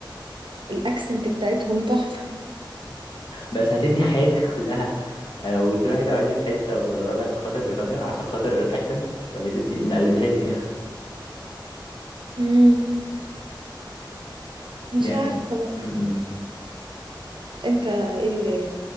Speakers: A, on the right (about 75°); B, on the left (about 75°).
A: الأكسنت بتاعتهم تحفة
B: بس هتبني حياتك <laughs> كلها آه، وتروحي تقعدي في حته وتتغربي عشان خاطر بريطانيا عشان خاطر اكسنت طب يا ستي نقلبها لك <laughs>
A: امم مش
B: يعني
A: عارفة بقى
B: م -م.
A: أنت إيه اللي,